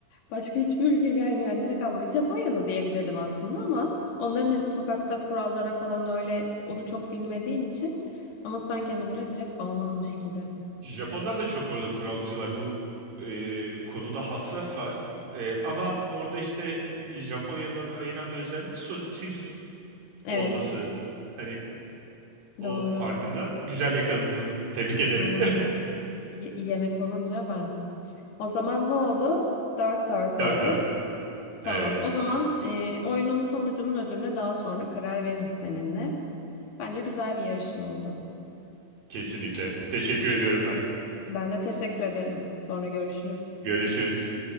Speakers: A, on the left; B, on the right.
A: başka hiçbir ülke gelmeyen direkt ama Japonya'da diyebilirdim aslında ama onların hani sokakta kurallara falan öyle onu çok bilmediğim için ama sanki hani böyle direkt Almanmış gibi.
B: Japonlar da çok bu arada kuralcılar. Bu e, konuda hassaslar. E, ama orada işte Japonya'dan ayıran bir özellik sosis
A: Evet
B: olması. Hani O
A: doğru
B: farkında. Güzel yakaladın onu. Tebrik ederim.
A: aynen
B: <laughs>
A: Y- yemek olunca ben. O zaman ne oldu? 4-4
B: 4-4.
A: olduk. Tamam
B: Evet,
A: o zaman e, oyunun sonucunun ödülüne daha sonra karar veririz seninle. Bence güzel bir yarışma oldu.
B: kesinlikle. Teşekkür ediyorum ben.
A: Ben de teşekkür ederim. Sonra görüşürüz.
B: Görüşürüz.